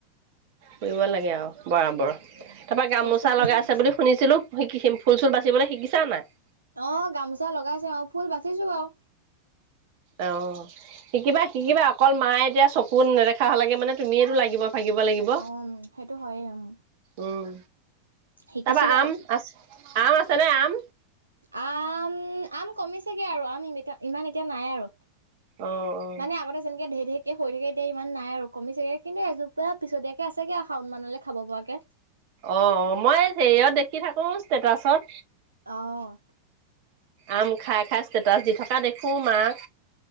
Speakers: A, on the right (about 45°); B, on the right (about 80°).
A: কৰিব লাগে আৰু বৰাবৰ। তাৰপৰা গামোচা
B: কষ্টটোতো
A: লগাই আছে বুলি শুনিছিলো শিকি ফুল চুল বাচিবলৈ শিকিছা নে নাই?
B: অ' গামোচা লগাইছে আৰু ফুল বাচিছোঁ বাৰু।
A: অ' শিকিবা শিকিবা অকল মায়ে এতিয়া চক কোন নেদেখা হ'লাগে মানে তুমিয়েতো লাগিব ভাগিব লাগিব।
B: অ সেইটো হয়ে উম
A: উম,
B: শিকিছো
A: তাৰপা
B: বাৰু
A: আম আছ আম আছে নে আম।
B: আম কমিছেগে আৰু আম ইমান এতিয়া নাই আৰু।
A: অঁ অঁ।
B: মানে আগতে যেনেকে ঢেৰ ঢেৰ কে সৰি থাকে এতিয়া ইমান নাই আৰু কমিছেগে কিন্তু এজোপা পিছতীয়াকে আছেগে আৰু শাওণ মানলৈ খাব পৰাকে।
A: অ', অ' মই হেৰিয়ত দেখি থাকো ষ্টেটাচত।
B: অ'।
A: আম খাই খাই ষ্টেটাছ দি থকা দেখোঁ মাক।